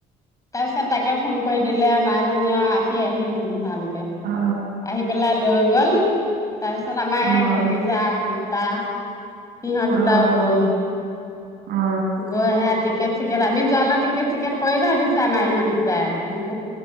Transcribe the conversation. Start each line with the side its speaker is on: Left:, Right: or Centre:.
Left: তাৰ পিছত তাকে ফোন কৰি দিলে মাজনীয়ে আৰু আহি আহিল ধুম-ধাম। এ,
Right: অ অ
Left: আহি পেলাই লৈ গ'ল। তাৰপিছত আমাৰ
Right: অ
Left: এই ভতিজা
Right: অ
Left: দুটা, সিহঁত
Right: অ
Left: দুটাও
Right: অ
Left: গ'ল,
Right: অ
Left: গৈ সেয়া টিকেট চিকেট আমি যোৱালৈ টিকেট চিকেট কৰি থৈ দিছে আমাৰ ইহঁত দুটা এই।